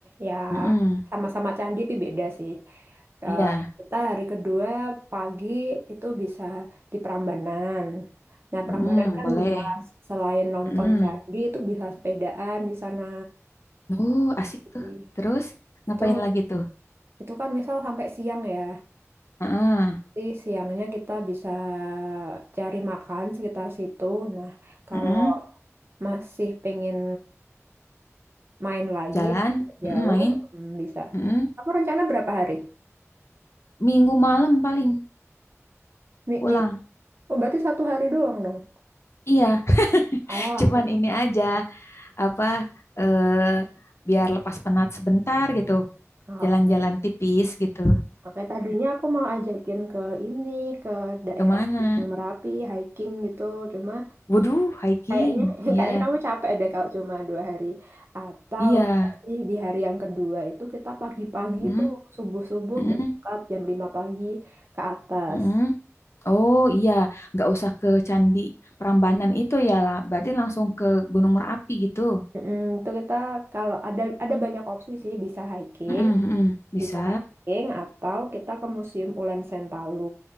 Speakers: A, on the right; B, on the left.
A: Ya,
B: Mm-mm,
A: sama-sama candi tapi beda sih. Eh,
B: Iya,
A: kita hari kedua pagi itu bisa di Prambanan. Nah, Prambanan
B: Mm-mm,
A: kan
B: boleh.
A: luas. Selain nonton
B: mm
A: candi itu bisa sepedaan di sana.
B: Uh, asik
A: Jadi,
B: tuh. Terus ngapain
A: Itu
B: lagi tuh?
A: itu kan misal sampai siang ya.
B: Heeh,
A: Jadi siangnya kita bisa cari makan sekitar situ. Nah, kalau
B: heeh.
A: masih pengen main lagi
B: Jalan,
A: yang agak
B: heeh,
A: jauh,
B: main,
A: hmm, bisa.
B: heeh.
A: Kamu rencana berapa hari?
B: Minggu malam paling
A: Mi-
B: pulang.
A: Minggu. Oh, berarti satu hari doang dong.
B: Iya,
A: Ah,
B: Cuman
A: oke.
B: ini aja apa eh, biar lepas penat sebentar gitu.
A: Ah,
B: Jalan-jalan
A: oke.
B: tipis gitu.
A: Oke, tadinya aku mau ajakin ke ini, ke daerah
B: Kemana?
A: Gunung Merapi, hiking gitu. Cuma
B: Waduh, hiking.
A: Kayaknya, <laughs>
B: Iya,
A: kayaknya kamu capek deh kalau cuma dua hari. Atau
B: iya.
A: bisa sih di hari yang kedua itu kita pagi-pagi
B: Mm,
A: itu subuh-subuh
B: mm,
A: berangkat jam 5 pagi ke atas.
B: mm. Oh iya, nggak usah ke Candi Prambanan itu ya lah. Berarti langsung ke Gunung Merapi gitu.
A: Mm, itu kita kalau ada ada banyak opsi sih bisa hiking,
B: Mm, mm. Bisa.
A: bisa hiking atau kita ke Museum Ulen Sentalu